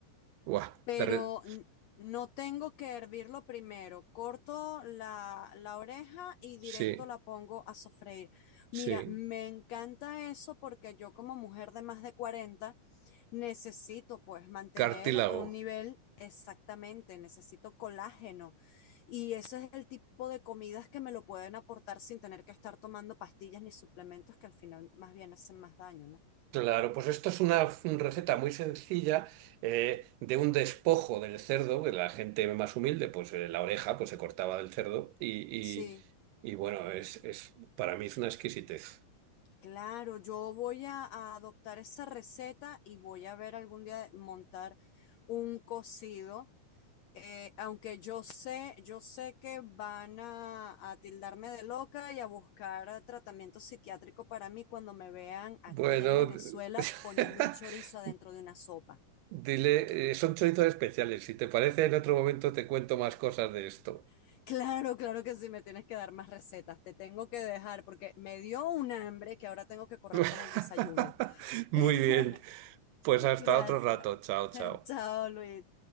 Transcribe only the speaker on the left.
pero
n- no tengo que hervirlo primero. Corto la, la oreja y
directo la pongo a sofreír.
Mira, me encanta eso porque yo como mujer de más de 40 necesito pues mantener
un nivel. Exactamente, necesito colágeno y ese es el tipo de comidas que me lo pueden aportar sin tener que estar tomando pastillas ni suplementos que al final más bien hacen más daño, ¿no?
Sí.
Claro, yo voy a, a adoptar esa receta y voy a ver algún día de- montar un cocido, eh, aunque yo sé, yo sé que van a, a tildarme de loca y a buscar eh, tratamiento psiquiátrico para mí cuando me vean aquí
en Venezuela
poniendo un chorizo adentro de una sopa.
<laughs> Claro, claro que sí, me tienes que dar más recetas, te tengo que dejar porque me dio un hambre que ahora tengo que correr
con el desayuno.
<laughs>
Gracias.
<laughs>
Chao, Luis.